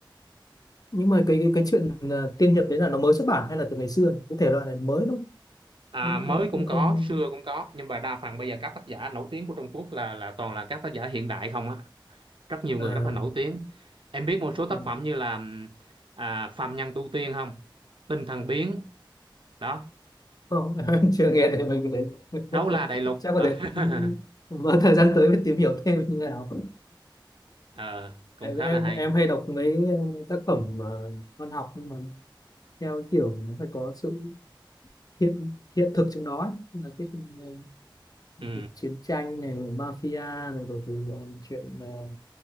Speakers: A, on the left; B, on the right.
A: nhưng mà cái cái cái chuyện à, tiên hiệp đấy là nó mới xuất bản hay là từ ngày xưa nhỉ? cái thể loại này mới đúng không
B: À,
A: em
B: mới
A: em
B: cũng
A: cũng không
B: có, xưa cũng có nhưng mà đa phần bây giờ các tác giả nổi tiếng của Trung Quốc là là toàn là các tác giả hiện đại không á, rất nhiều
A: à,
B: người rất là nổi tiếng. Em biết một số tác
A: ừ,
B: phẩm như là ừm, à, Phàm Nhân Tu Tiên không? Tinh Thần Biến đó,
A: không <laughs> em chưa nghe thấy mình cái đấy <laughs>
B: Đấu La Đại Lục.
A: chắc có
B: Ờ,
A: thể
B: <laughs>
A: ừ, vào thời gian tới mới tìm hiểu thêm như thế nào
B: ờ, cũng
A: em
B: khá
A: em
B: là hay.
A: em hay đọc mấy uh, tác phẩm ờ, văn học nhưng mà theo cái kiểu nó phải có sự hiện hiện thực trong đó ấy. Tức là cái uh,
B: Ừ.
A: việc chiến tranh này rồi mafia này rồi thì uh, chuyện uh,